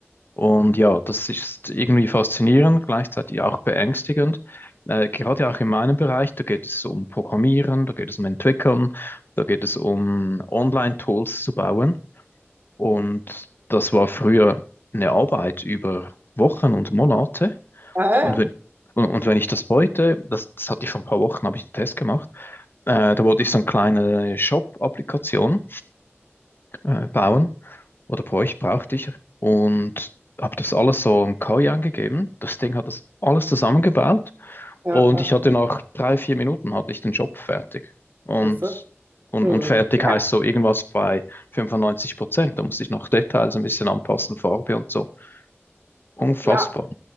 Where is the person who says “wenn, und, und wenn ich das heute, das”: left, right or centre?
Left